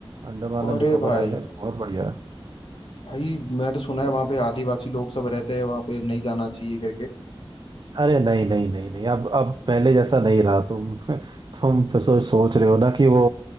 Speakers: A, on the right; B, on the left.
A: अंडमान
B: अरे
A: एंड निकोबार
B: भाई
A: आइलैंड्स बहुत बढ़िया है
B: भाई मैं तो सुना है
A: बस
B: वहाँ पे आदिवासी लोग सब रहते हैं वहाँ पे नहीं जाना चाहिए करके
A: अरे नहीं नहीं नहीं नहीं अब अब पहले जैसा नहीं रहा तुम <laughs> तुम फिर सोच सोच रहे हो ना कि वो